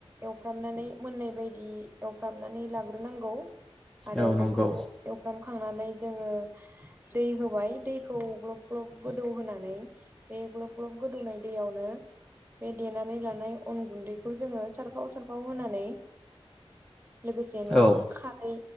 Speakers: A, on the right; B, in the centre.
A: एवफ्रामनानै मोननाय बायदि एवफ्रामनानै लाग्रोनांगौ। आरो
B: औ नंगौ
A: बेखौ एवफ्रामखांनानै जोङो दै होबाय दैखौ ग्लब ग्लब गोदौहोनानै बे ग्लब ग्लब गोदौनाय दैयावनो बे देनानै लानाय अन गुन्दैखौ जोङो सारफाव सारफाव होनानै लोगोसेनो
B: औ
A: खारै